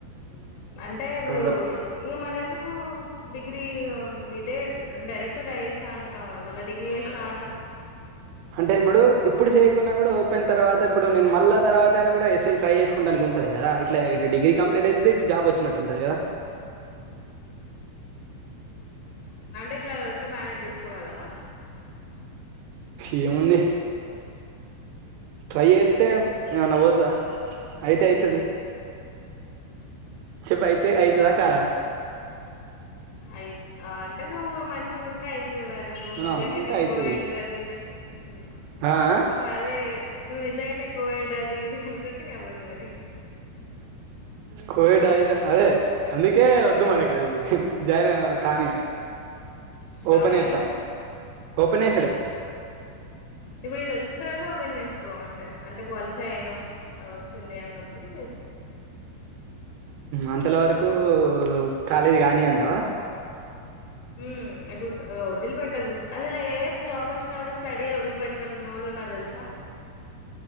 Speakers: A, on the left (about 85°); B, on the right (about 80°).
A: అంటే ఇప్పుడు
B: ఉండరు
A: ఇంకా మరెందుకు డిగ్రీ ఇదే డైరెక్ట్ గా అయ్యేస్తా ఉంటాన్నా మళీ డిగ్రీ చేస్తా ఉంటాం
B: అంటే ఇప్పుడు ఇప్పుడు చేయకున్నాడా కూడా ఓపయిన తర్వాత ఇప్పుడు నేను మళ్ళ తర్వాతయినా కూడా ఎ ట్రై చేసుకుంటను అనుకుంటాను ఉంటది కదా ఇట్లా ఇటు డిగ్రీ కంప్లీట్ అవుతుది ఇటు జాబ్ వచ్చినట్టుంటది కదా
A: హ అంటే ఇట్లా రెండు మేనేజ్ చేసుకోగలవా
B: ఏముంది ట్రై అయితే నావోతా అయితే అయితుది చెప్పు అయితే అయితదా కదా
A: అయి అంటే నువ్వు మంచిగుంటే అవుతుంది వారు నువ్వు
B: మనం
A: నిజంగానే
B: అనుకుంటే అయితది
A: కోవిడ్ అది ఇదంటే నువ్
B: ఆ ఆ
A: అదే నువు నిజ్ జయనే కోవిడ్ అది ఇది అనుకుంటే అవ్వదు మరి
B: కోవిడ్ అయితే అదే అందుకే వద్దు మనక అది జాయిన్ అయ కానిగా
A: ఉమ్ కావా
B: ఓపన్ యిత్తా
A: ఇంగ
B: ఓపెన్ యేసుడే
A: హుహు. ఇప్పుడు ఇది వచ్చిన తర్వాత ఓపెన్ చేస్త కో అంటరు అంటే క్వాలిఫై అయిన వచ్చింది అన్నప్పుడు చేసుకో
B: అంతల వరకు కాలేజీ కానీ అంటవా
A: హ్మ్ ఇప్పుడు వదిలిపెట్టకు అసలు ఏ జాబ్ వచ్చినా కూడా స్టడీ వదిలిపెట్టనోళ్ళు ఉన్నారు తెలుసా <inaudible>